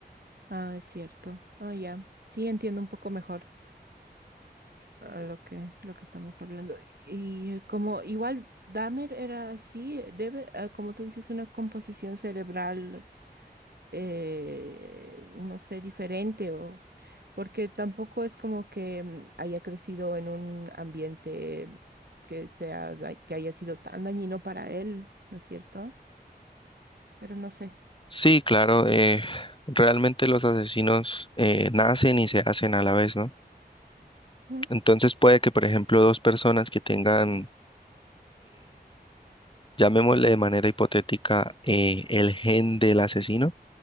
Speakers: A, on the right; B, on the left.
A: Ah, es cierto. Ah, ya. Sí, entiendo un poco mejor ah, lo que, lo que estamos hablando. Y eh, como igual Dahmer era así, debe, ah, como tú dices, una composición cerebral, eh, no sé, diferente o porque tampoco es como que mm, haya crecido en un ambiente que sea, da- que haya sido tan dañino para él, ¿no es cierto? Pero no sé.
B: Sí, claro, eh, realmente los asesinos eh, nacen y se hacen a la vez, ¿no?
A: Mm,
B: Entonces puede que, por ejemplo, dos personas que tengan llamémosle de manera hipotética eh, el gen del asesino,